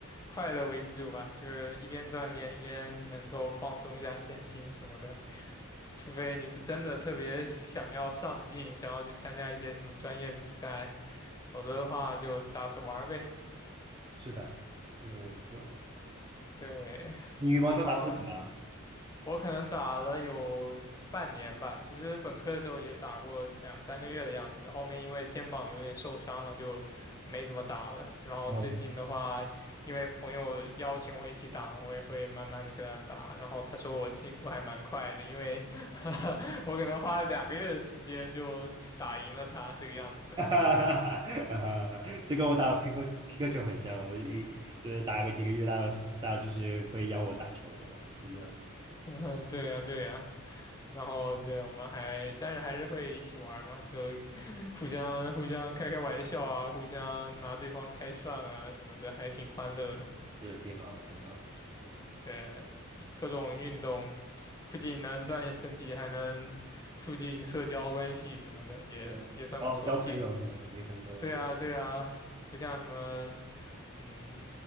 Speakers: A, on the left (about 15°); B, on the right (about 20°).
A: 快乐为主吧，就是一边锻炼一边能够放松一下身心什么的。除非你是真的特别想要上进，想要去参加一些什么专业比赛，否则的话就打着玩儿呗。
B: <laughs> 是的，没错。
A: 对，
B: 你羽毛球打多久了啊
A: <laughs> 然后我可能打了有半年吧，其实本科的时候也打过两三个月的样子，后面因为肩膀有点受伤了，就没怎么打了。然后最近的话，
B: 哦，
A: 因为朋友邀请我一起打嘛，我也会慢慢的跟他打。然后他说我进步还蛮快的，因为 <laughs> 我可能花了两个月的时间就打赢了他这个样子。
B: <laughs> 哈哈哈，<laughs> 这跟我打皮克皮克球很像，我一就是打个几个月，大家是大家就是会邀我打球的，一样，
A: <laughs> 对呀，对呀。然后对，我们还，但是还是会一起玩嘛，就互相互相开开玩笑啊，互相拿对方开涮啊什么的，还挺欢乐的。
B: 是挺好的，挺好的。
A: 对，各种运动不仅能锻炼身体，还能促进社交关系什么的，也也算不错。
B: 对，然后交朋友什么的也很多，
A: 平，对啊对啊，不像什么，嗯，